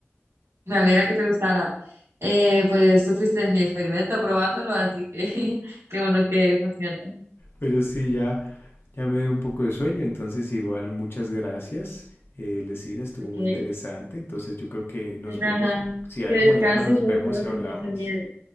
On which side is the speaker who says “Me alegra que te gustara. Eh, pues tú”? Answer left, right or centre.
Right